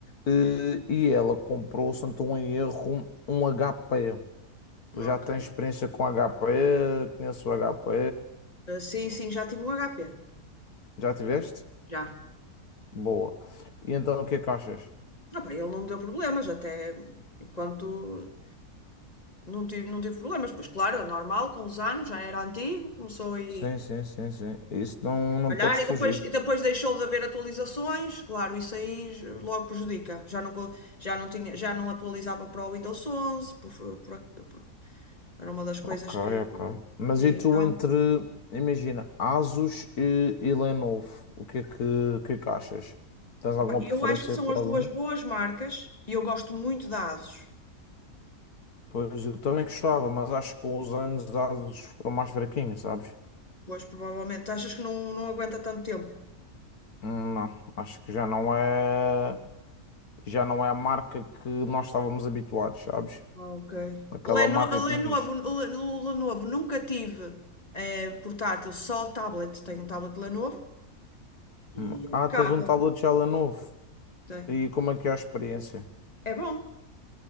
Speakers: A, on the left; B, on the left.
A: eh, e ela comprou, se não estou em erro, um HP. Tu
B: ok.
A: já tens experiência com HP, conheço o HP,
B: Ah, sim, sim, já tive um HP.
A: já tiveste?
B: Já.
A: Boa. E então o que é que achas?
B: Ah, pá, ele não me deu problemas, até enquanto não tive, não tive problemas. Pois claro, é normal, com os anos, já era antigo, começou aí
A: Sim, sim, sim, sim. Isso não, não
B: Calhar,
A: podes
B: e
A: fugir.
B: depois, e depois deixou de haver atualizações, claro, isso aí logo prejudica. Já não, co- já não tinha, já não atualizava para o Windows 11, por, por- por- era uma das coisas
A: Ok,
B: que.
A: ok. Mas
B: E
A: e tu
B: então,
A: entre, imagina, Asus e, e Lenovo, o que é que, o que é que achas? Tens alguma
B: opa, eu
A: preferência
B: acho que são
A: para
B: as duas
A: algum?
B: boas marcas e eu gosto muito da ASUS.
A: Pois eu também gostava, mas acho que com os anos a Asus ficou mais fraquinha, sabes?
B: Pois, provavelmente, achas que não, não aguenta tanto tempo?
A: Hum, Não, acho que já não é, já não é a marca que nós estávamos habituados, sabes?
B: Ok.
A: Aquela
B: Leno,
A: marca que
B: Lenovo,
A: nos.
B: Le- Lenovo, nunca tive eh, portátil, só tablet. Tenho um tablet Lenovo e
A: Hum.
B: é impecável.
A: Ah, tens um tablet já Lenovo.
B: Tem.
A: E como é que é a experiência?
B: É bom.